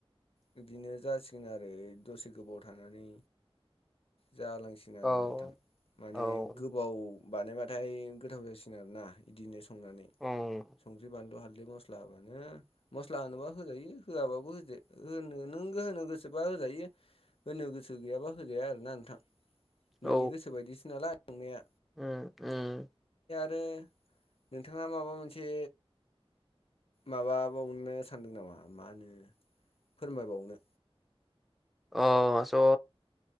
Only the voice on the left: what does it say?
बिदिनो जासिगोन आरो दसे गोबाव थानानै जालांसिन
आरो नोंथां माने
गोबाव बानायबाथाय गोथाव जासिगोन आरोना बिदिनो संनानै
संख्रि बानलु हाल दै मस्ला होबानो मस्ला होनोबा होजायो होआबाबो होजा होनो नों होनो गोसोबा होजायो होनो गोसो गैयाबा होजाया आरोना नोंथां। नोंनि
गोसो बायदिसो नालाय। संनाया
रो नोंथाङा माबा मोनसे माबाबावनो सानदों नामा मा होनो फोरमायबावनो?